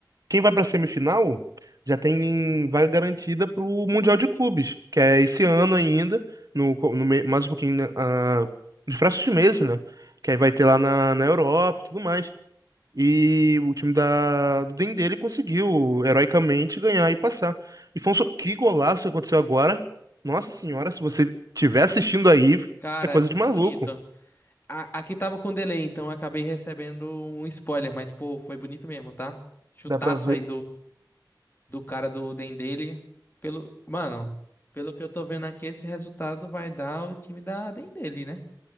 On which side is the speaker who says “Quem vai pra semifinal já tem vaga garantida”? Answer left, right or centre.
Right